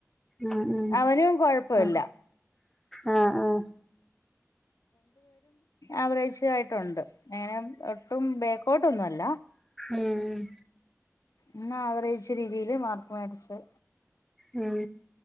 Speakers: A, in the centre; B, on the left.
A: ഉം ഉം
B: അവനും കൊഴപ്പവില്ല
A: ആഹ് ആഹ് ആഹ്
B: ആവറേജ് ആയിട്ടുണ്ട് അങ്ങനെ ഒട്ടും ബേക്കോട്ടൊന്നുവല്ല
A: ഉം ഉം
B: എന്ന ആവറേജ് രീതിയില് മാർക്ക് മേടിച്ച്
A: ഉം ഉം